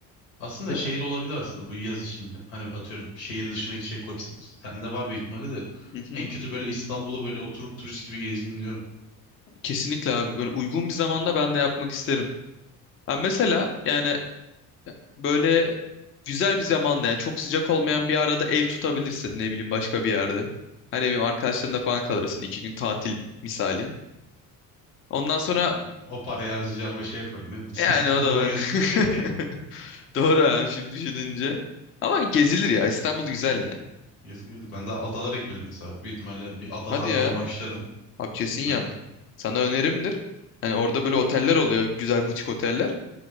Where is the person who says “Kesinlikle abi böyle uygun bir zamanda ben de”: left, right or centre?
Left